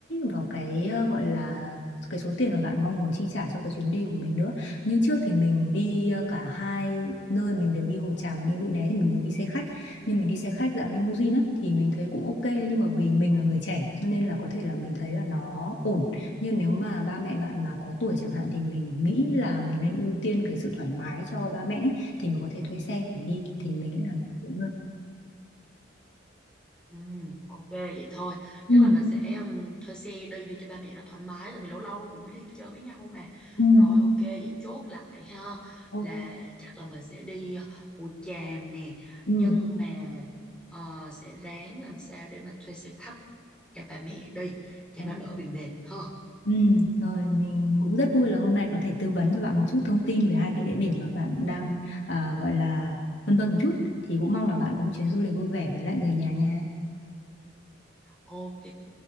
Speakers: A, on the left (about 70°); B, in the centre.
A: vào cái ờ, gọi là cái số tiền mà bạn mong muốn chi trả cho cái chuyến đi của mình nữa. Như trước thì mình đi ờ, cả hai nơi, mình đều đi Hồ Tràm và đi Mũi Né thì mình đều đi xe khách. Nhưng mình đi xe khách dạng limousine á thì mình thấy cũng ok nhưng mà vì mình là người trẻ cho nên là có thể là mình thấy là nó ổn. Nhưng nếu mà ba mẹ bạn mà có tuổi chẳng hạn thì mình nghĩ là mình nên ưu tiên cái sự thoải mái cho ba mẹ ấy, thì mình có thể thuê xe để đi thì mình nghĩ là tiện hơn.
B: Ừ, ok vậy thôi
A: Ừ.
B: chắc là mình sẽ um, thuê xe đi đi cho ba mẹ nó thoải mái tại vì lâu lâu cũng mới đi chơi với nhau mà
A: Ừ.
B: rồi ok vậy chốt lại ha
A: Ok.
B: là chắc là mình sẽ đi ờ, Hồ Tràm nè
A: Ừ,
B: nhưng mà ờ, sẽ ráng làm sao để mà thuê xe khách cho ba mẹ đi cho
A: ờ,
B: nó đỡ bị mệt ha
A: ừ, rồi mình cũng rất vui là hôm nay có thể tư vấn cho bạn một chút thông tin về hai cái địa điểm mà bạn đang à, gọi là vân vân một chút thì cũng mong là bạn có một chuyến du lịch vui vẻ với lại người nhà nha.
B: ok